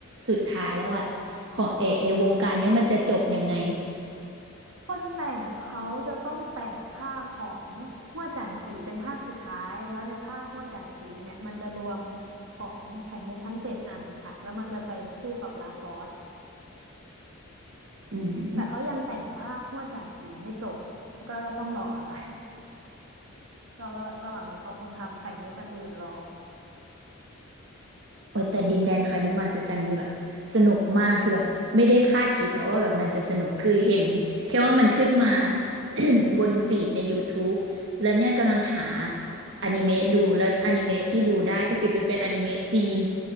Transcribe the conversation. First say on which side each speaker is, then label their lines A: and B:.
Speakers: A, on the right; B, on the right.
A: สุดท้ายแล้วอะของเอเอวงการเนี้ยมันจะจบยังไง
B: คนแต่งเขาจะต้องแต่งภาคของฮั่วจันจีเป็นภาคสุดท้ายแล้วในภาคฮั่วจันจีเนี่ยมันจะรวมของไข่มุกทั้งเจ็ดอันค่ะแล้วมันจะไปสู้กับลาดบอส
A: อืม
B: แต่เขายังแต่งภาคฮั่วจันจีไม่จบก็ต้องรอค่ะ แล้วก็ระหว่างนี้เขาคงทำไข่มุกอันอื่นรอ
A: โอ้ยแต่ดินแดนไข่มุกมหัศจรรย์คือแบบสนุกมากคือแบบไม่ได้คาดคิดแต่ว่าแบบมันจะสนุกคือเห็นแค่ว่ามันขึ้นมา <coughs> บนฟีดในย o u ูบแล้วเนี่ยกำลังหาอนิเมะดูแล้วอนิเมะที่ดูได้ก็คือจะเป็นอนิเมะจีน